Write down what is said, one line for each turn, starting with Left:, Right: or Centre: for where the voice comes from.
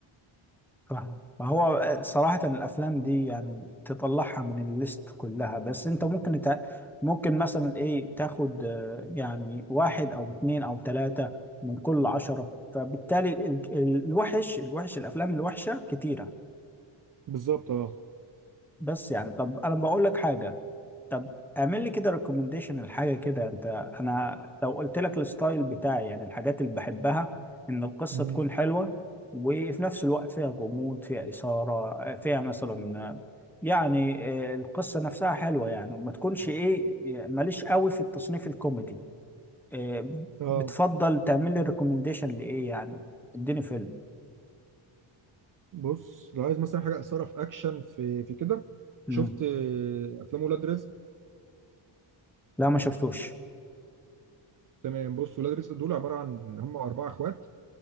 Centre: فاهم ما هو آه، صراحة الأفلام دي يعني تطلعها من الليست كلها بس أنت ممكن تع... ممكن مثلا إيه تاخد آه، يعني واحد أو اتنين أو تلاتة من كل عشرة فبالتالي ال- ال- الوحش الوحش الأفلام الوحشة كتيرة
Right: بالظبط اه
Centre: بس يعني طب أنا بقول لك حاجة طب اعمل لي كده ريكومنديشن الحاجه كده انت انا لو قلت لك الستايل بتاعي يعني الحاجات اللي بحبها ان القصه
Right: مهم.
Centre: تكون حلوه وفي نفس الوقت فيها غموض فيها اثاره فيها مثلا يعني آه، القصه نفسها حلوه يعني وما تكونش ايه ماليش قوي في التصنيف الكوميدي آه،
Right: اه
Centre: بتفضل تعمل لي ريكومنديشن لايه يعني اديني فيلم
Right: بص لو عايز مثلا حاجه اثاره في اكشن في في كده
Centre: مم.
Right: شفت آه، افلام ولاد رزق
Centre: لا ما شفتوش
Right: تمام بص ولاد رزق دول عباره عن هم اربعه اخوات